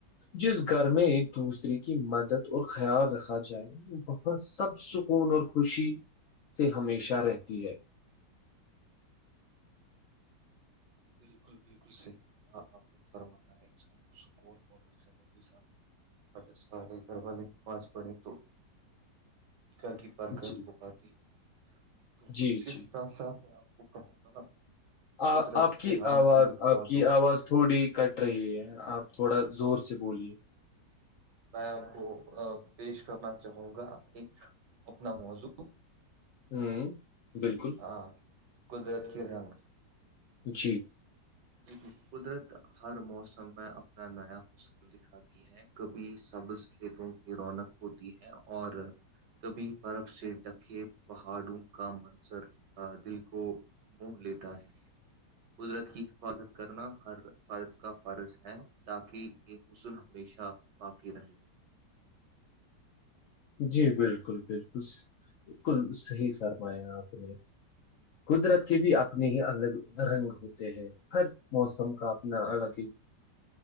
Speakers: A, on the left; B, on the right.
A: جس گھر میں ایک دوسرے کی مدد اور خیال رکھا جائے وہاں سب سکون اور خوشی سے ہمیشہ رہتی ہے
B: بالکل بالکل صحیح آپ نے فرمایا انسان کو سکون ہونا چاہیے اگر سارے گھر والے کے پاس پڑے تو کیا کی برکت
A: جی
B: ہو پاتی ہے تو
A: جی
B: اس کے
A: جی
B: ساتھ ساتھ میں آپ کو کہوں گا
A: آ
B: قدرت
A: آپ کی
B: کے رنگ
A: آواز
B: پہ ایک
A: آپ
B: موضوع
A: کی آواز تھوڑی کٹ رہی ہے آپ تھوڑا زور سے بولیے
B: میں آ کو پیش کرنا چاہوں گا ایک اپنا موضوع
A: ہوں بالکل
B: ہاں قدرت کے رنگ
A: جی
B: جی قدرت ہر موسم میں اپنا نیا حس د آتی ہے کبھی سبز کھیتوں کی رونق ہوتی ہے اور کبھی برب سے ڈکے پہاڑوں کا منظر دل کو مہ لیتا قدرت کی سوادت کرنا ہر فادت کا فرض ہے تاکہ یہ حسن ہمیشہ باقی رہے
A: جی بالکل بالکل بالکل صحیح فرمایا آپ نے قدرت کے بھی اپنے ہی الگ رنگ ہوتے ہیں ہر موسم کا اپنا الگ ہی